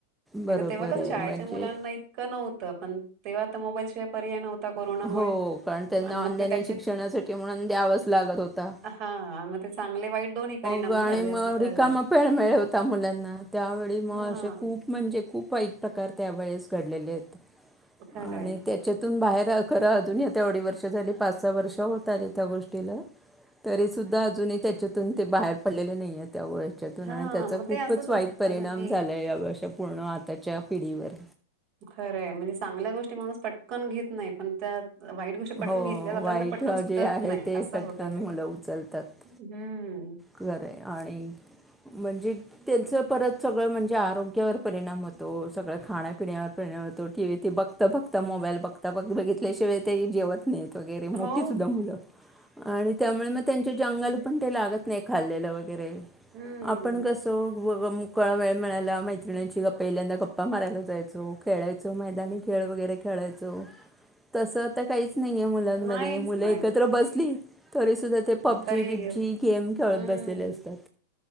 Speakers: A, on the right; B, in the centre.
A: नाही
B: बरोबर
A: तेव्हा कसं
B: आहे
A: शाळेच्या
B: म्हणजे
A: मुलांना इतकं नव्हतं पण तेव्हा आता मोबाईल शिवाय पर्याय नव्ह कोरोनामुळे,
B: हो कारण त्यांना
A: आणि म मग
B: ऑनलाईन
A: त्याचे,
B: शिक्षणासाठी म्हणून द्यावाच लागत होता
A: हा. चांगले वाईट दोनी परिणाम
B: किंवा आणि
A: झाले
B: मग
A: असं झालंय
B: रिकामा पेळ मिळ होता मुलांना त्यावेळी मग
A: हा.
B: असे खूप म्हणजे खूप ऐक प्रकार त्या वळेस घडलेले आहेत
A: खरंय
B: आणि त्याच्यातून बाहेर खरा अजून या ते अवढी वर्ष झाली पाच सहा वर्ष होत आले त्या गोष्टीला तरी सुद्धा अजूनही त्याच्यातून ते बाहेर पडलेले नाहीयत. त्या वर्षातून
A: हा
B: आणि त्याचा
A: मग
B: खूपच
A: ते असंच
B: वाईट
A: असतं
B: परिणाम
A: ना की
B: झाला आहे या वर्षा पूर्ण आताच्या पिढीवर.
A: खरंय म्हणजे चांगल्या गोष्टी माणूस पटकन घेत नाही पण त्यात. वाईट गोष्टी पटून
B: हो
A: घेतल्या जाता
B: वाईट
A: पटन सुटत
B: जे आहे
A: नाही
B: ते
A: असं
B: पटकन
A: होत
B: मुलं
A: ते.
B: उचलतात
A: हम्म.
B: खरं आणि म्हणजे. त्यांच परत सगळं म्हणजे आरोग्यावर परिणाम होतो सगळं खाण्यापिण्यावर परिणाम होतो टीव्ही बघता बघता मोबाईल बघता बघ बघितल्याशिवाय ते जेवण.. वगैरे मोठी
A: हो
B: सुद्धा मुलं आणि त्यामुळे मग त्यांच्या अंगाल पण ते लागत. नाही खाल्लेलं वगैरे
A: हम्म
B: आपण कसं. काळा वेळ मिळायला मैत्रिणींची गप्पा पहिल्यांदा गप्पा मारयला जायचो खेळायचो मैदानी खेळ खेळ वगेरे खेळायचो तस आता काही. नाही आहे मुलांमध्ये
A: नाहीच
B: मुलं
A: नाहीच
B: एकत्र बसली तरीसुद्धा ते पपबजी
A: तरी
B: बिबजी गेम खेळत
A: हम्म
B: बसलेले असतात.